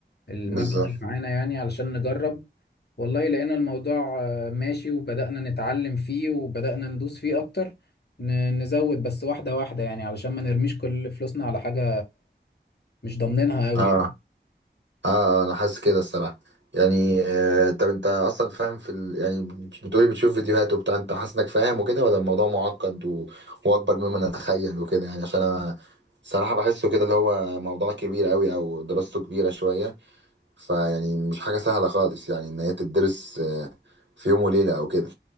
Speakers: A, on the left; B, on the right.
A: المبلغ
B: بالظبط
A: اللي معانا يعني علشان نجرب والله لقينا الموضوع آه، ماشي وبدأنا نتعلم فيه وبدأنا ندوس فيه أكتر ن- نزود بس واحدة واحدة يعني علشان ما نرميش كل فلوسنا على حاجة مش ضامنينها قوي
B: اه
A: يعني
B: اه انا حاسس كده الصراحه يعني آه طب انت اصلا فاهم في ال... يعني بتقولي بتشوف فيديوهات وبتاع انت حاسس انك فاهم وكده ولا الموضوع معقد و... واكبر مما نتخيل وكده يعني عشان انا صراحه بحسه كده اللي هو موضوع كبير قوي او دراسته كبيره شويه فيعني مش حاجه سهله خالص يعني ان هي تدرس آه في يوم وليله او كده